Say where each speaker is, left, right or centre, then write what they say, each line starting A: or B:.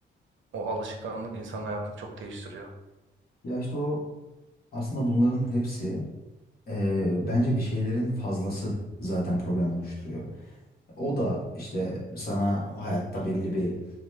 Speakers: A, on the right; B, on the left.
A: O alışkanlık insanın hayatını çok değiştiriyor.
B: Ya işte o aslında bunların hepsi e, bence bir şeylerin fazlası zaten problem oluşturuyor. O da işte sana hayatta belli bir